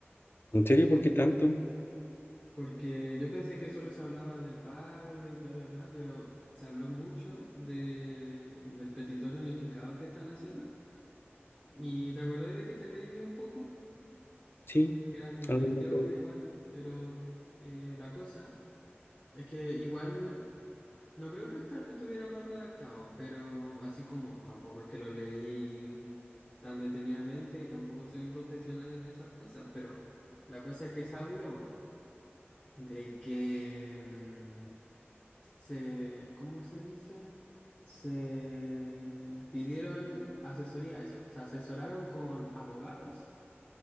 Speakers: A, on the left (about 55°); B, on the left (about 30°).
A: ¿En serio? ¿Por qué tanto?
B: porque yo pensé que solo se hablaba del paro y bla, bla, bla, pero se habló mucho de, del petitorio unificado que están haciendo. ¿Y te acordáis de que te leí un poco?
A: Sí,
B: que eran como
A: algo
B: 20
A: me acuerdo.
B: hojas igual, pero eh, la cosa es que igual no creo que esta- estuviera mal redactado, pero así como tampoco es que lo leí tan detenidamente y tampoco soy un profesional en esas cosas, pero la cosa es que se habló de que mm, se, ¿cómo se dice? Se pidieron asesoría, eso, se asesoraron con abogados